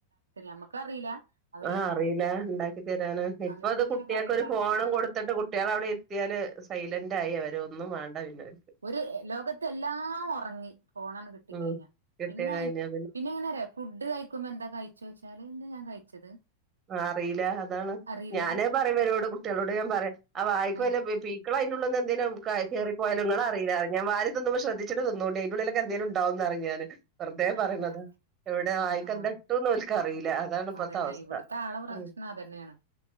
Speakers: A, on the right; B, on the right.
A: നമ്മക്ക് അറിയില്ല അവര്
B: ആ അറീല ഇണ്ടാക്കി തരാന്ന് ഇപ്പൊ
A: അവരോട്
B: ഇത്
A: ഇങ്ങനെ
B: കുട്ടിയാക്കൊര്
A: പറയും ഉണ്ടാക്കി
B: ഫോണും
A: തരോ
B: കൊടു പട്ട കുട്ടിയാളെ അവിടെ ഇരുത്തിയാല് സൈലന്റ് ആയി അവര് ഒന്നും വേണ്ട പിന്നെ അവ
A: ഒരു ലോകത്ത് എല്ലാം ഒറങ്ങി പോണാണ്ട് കിട്ടി
B: ഉം
A: കഴിഞ്ഞ
B: കിട്ടിയ
A: പിന്നെ
B: കഴിഞ്ഞ
A: അയി പിന്നെ എങ്ങനെന്നറി ഫുഡ് കഴിക്കുമ്പോ എന്താ കഴിച്ചു വെച്ചാല് എന്താ ഞാൻ കഴിച്ചത്
B: ആ അറീല്ല അതാണ്
A: അറിയില്ല
B: ഞാനത് പറയുവരോട് കുട്ടിയാളോട് ഞാൻ പറയും അവായിക്ക
A: ആഹ്
B: വല്ല ക്കള്യിന്റെ ഉള്ള്ന്നെന്തേലും കേറി പോയാലും ങ്ങള അറീല്ല റിം ഞാൻ വാരി തിന്ന്മ്പോ ശ്രദ്ധിച്ചിട്ട് തിന്നോണ്ടിം അയിന്റെ ള്ളിലൊകെ എന്തേലും ഉണ്ടാവുംന്നറിം ഞാന് വെറ്തെ
A: ആഹ്
B: പറീണതാ
A: ആഹ്
B: എവിടെ വായിക്കെന്താ
A: ആഹ് ആഹ്
B: ഇട്ടൂന്ന് ഒല്ക്ക്‌ അറീല അതാണ് ഇപ്പത്തെ
A: അതന്നെ
B: അവസ്ഥ
A: <unintelligible> പ്രശ്നം
B: ഉം
A: അതന്നെണ്